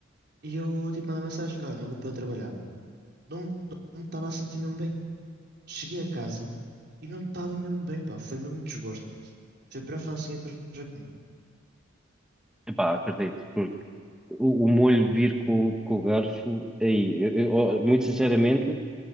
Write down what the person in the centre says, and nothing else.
Epá, acredito, porque o, o molho vir com, com o garfo, aí, eu- eu- ó, muito sinceramente,